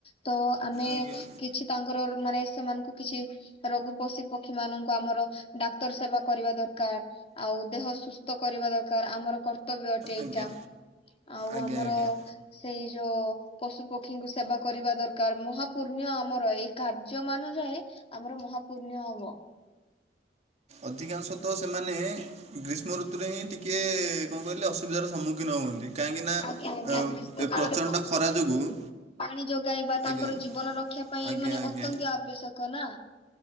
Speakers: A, on the left; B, on the right.
A: ତ ଆମେ
B: ଆଜ୍ଞା
A: କିଛି ତାଙ୍କର ମାନେ ସେମାନ୍‌କୁ କିଛି ରଗୁ ପଶି, ପକ୍ଷୀ ମାନଙ୍କୁ ଆମର ଡାକ୍ତର ସେବା କରିବା ଦରକାର୍। ଆଉ ଦେହ ସୁସ୍ତ କରିବା ଦକାର। ଆମର କର୍ ବ୍ୟ ଅଟେ ଏଇଟା।
B: ଆଜ୍ଞା
A: ଆଉ
B: ଆଜ୍ଞା
A: ଆମର
B: ଆଜ୍ଞା
A: ସେଇ ଯୋଉ ପଶୁ ପକ୍ଷୀଙ୍କୁ ସେବା କରିବା ଦରକାର। ମହା ପୁଣ୍ୟ ଆମର ଏଇ କାର୍ଯ୍ୟ ମାନ ଯାଏ ଆମର ମହା ପୁଣ୍ୟ ହବ।
B: ଅଧିକାଂଶ ତ ସେମାନେ ଗ୍ରୀଷ୍ମ ଋତୁରେ ହିଁ ଟିକେ କଣ କହିଲେ ଅସୁବିଧାର ସମ୍ମୁଖୀନ ହୁଅନ୍ତି। କାହିଁକି ନା ଏ
A: ଆଜ୍ଞା ଆଜ୍ଞା
B: ଆଉ
A: ଗ୍ରୀଷ୍ମ କାଳରେ
B: ପ୍ରଚଣ୍ଡ
A: ପଶୁ
B: ଖରା
A: ପକ୍ଷୀଙ୍କୁ
B: ଯୋଗୁଁ।
A: ପାଣି ଯୋଗାଇବା।
B: ଆଜ୍ଞା
A: ତାଙ୍କର ଜୀବନ ରକ୍ଷା ପାଇଁ
B: ଆଜ୍ଞା
A: ମାନେ
B: ଆଜ୍ଞା
A: ଅତନ୍ତ୍ୟ ଆବଶ୍ୟକ ନା।